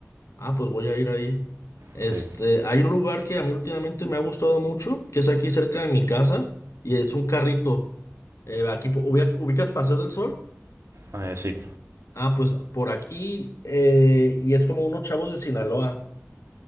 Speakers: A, on the left; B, on the right.
A: Ah, pues voy a ir ahí. Este,
B: Sí.
A: hay un lugar que a mí últimamente me ha gustado mucho, que es aquí cerca de mi casa, y es un carrito. Eh, aquí po- ubi- ubicas Paseos del Sol.
B: Eh, sí.
A: Ah, pues por aquí, eh, y es como unos chavos de Sinaloa.